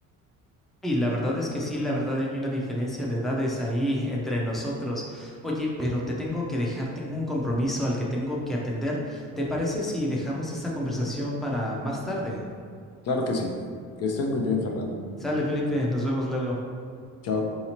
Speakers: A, in the centre; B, on the left.
A: Y la verdad es que sí, la verdad hay una diferencia de edades ahí entre nosotros. Oye, pero te tengo que dejar, tengo un compromiso al que tengo que atender. ¿Te parece si dejamos esta conversación para más tarde?
B: claro que sí. Que estés muy bien, Fernando.
A: Sale, Felipe, nos vemos luego.
B: Chao.